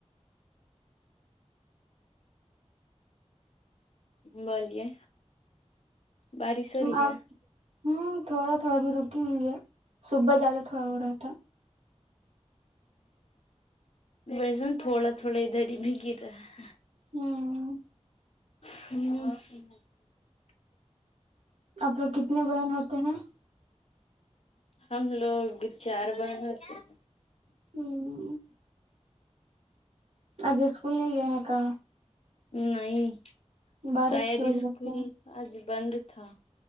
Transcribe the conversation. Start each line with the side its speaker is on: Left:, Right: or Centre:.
Left: بولیے بارش ہو رہی
Right: آپ
Left: ہے
Right: ہوں تھوڑا تھوڑا ابھی رکی ہوئی ہے صبح زیادہ تھوڑا ہو رہا تھا
Left: ہ ویسن تھوڑا تھوڑا ادھر ہی بھی گر رہا ہ
Right: ہوں
Left: <unintelligible>
Right: آپ لوگ کتنے بہن ہوتے ہیں
Left: ہم لوگ بھی چار بہن ہوتے ہیں
Right: ہوں آج اسکول نہیں گے ہے کا
Left: نہیں
Right: بارش
Left: شاید
Right: کی وجہ
Left: اسکول
Right: سے
Left: آج بند تھا